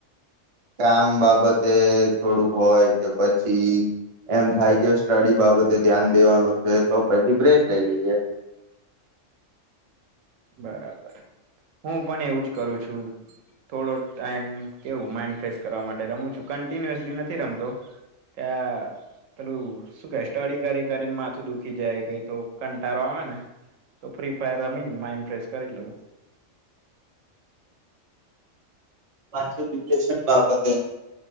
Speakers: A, on the right; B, on the right.
A: કામ બાબતે થોડુંક હોય કે પછી એમ થાય કે સ્ટડી બાબતે ધ્યાન દેવાનું છે તો પછી બ્રેસ લઈ લઈએ
B: બરાબર હું પણ એવું થોડો ટ કે માડ કરવા માટે રમ છું કિન્યુસલી નથી રમતો કે તલું શું કે સ્ટડી કરી કરીને માથું દુખી જાય કઈ તો કંટારો આવે ને તો ફ્રી પરામીન માઇન્ટ નમસ્કાર લવું
A: માછ રગલેશન બાપતને